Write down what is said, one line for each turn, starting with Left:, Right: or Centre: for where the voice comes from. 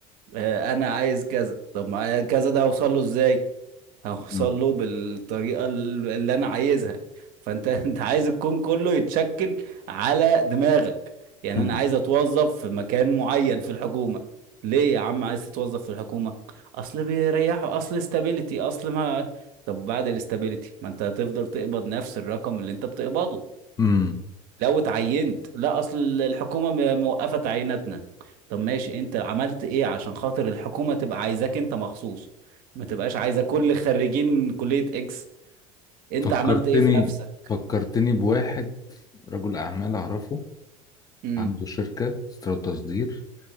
Right: آه، انا عايز كذا طب ما كذا ده هوصل له ازاي <laughs> هوصل
Left: امم
Right: له بالطريقة ال- اللي انا عايزها فانت <laughs> انت عايز الكون كله يتشكل على دماغك يعني
Left: امم
Right: انا عايز اتوظف في مكان معين في الحكومة ليه يا عم عايز تتوظف في الحكومة اصل بيريحوا اصل استابيليتي اصل ما طب وبعد الاستابيليتي ما انت هتفضل تقبض نفس الرقم اللي انت بتقبضه
Left: أمم.
Right: لو اتعينت لا اصل الحكومه م- موقفه تعييناتنا طب ماشي انت عملت ايه عشان خاطر الحكومه تبقى عايزاك انت مخصوص ما تبقاش عايزه كل خريجين كليه اكس انت
Left: فكرتني
Right: عملت ايه في نفسك
Left: فكرتني بواحد رجل اعمال اعرفه
Right: امم
Left: عنده شركة استيراد تصدير